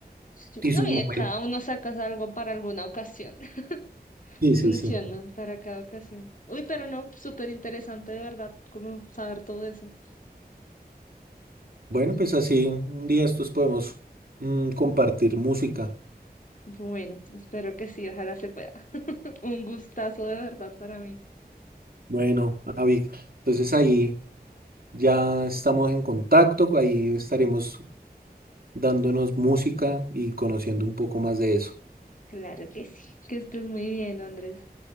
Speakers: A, on the left (about 50°); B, on the right (about 65°).
A: Sí,
B: y
A: No,
B: sus
A: y
B: momentos.
A: de cada uno sacas algo para alguna ocasión. <laughs>
B: Sí,
A: Funcionan
B: sí, sí.
A: para cada ocasión. Uy, pero no, súper interesante de verdad, como saber todo eso.
B: Bueno, pues así un día estos podemos mm, compartir música.
A: Bueno, espero que sí, ojalá se pueda. <laughs> Un gustazo de verdad para mí.
B: Bueno, Avi, entonces ahí. Ya estamos en contacto, ahí estaremos dándonos música y conociendo un poco más de eso.
A: Claro que sí. Que estés muy bien, Andrés.